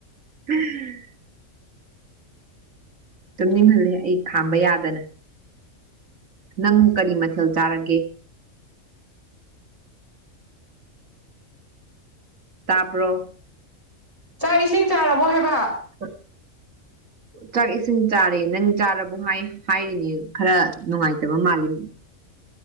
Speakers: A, on the right; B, on the right.
A: <unintelligible> ꯇꯨꯝꯅꯤꯡꯍꯜꯂꯦ ꯑꯩ ꯈꯥꯝꯕ ꯌꯥꯗꯅ꯫ ꯅꯪ ꯀꯔꯤ ꯃꯊꯦꯜ ꯆꯥꯔꯒꯦ꯫ ꯇꯥꯕ꯭ꯔꯣ꯫
B: ꯆꯥꯛ ꯏꯁꯤꯡ ꯆꯥꯔꯕꯣ ꯍꯥꯏꯕ꯫
A: <unintelligible> ꯆꯥꯛ ꯏꯁꯤꯡ ꯆꯥꯔꯦ ꯅꯪ ꯆꯥꯕꯣ ꯍꯥꯏ ꯍꯥꯏꯅꯦ ꯈꯔ ꯅꯨꯡꯉꯥꯏꯇꯕ ꯃꯥꯜꯂꯤ꯫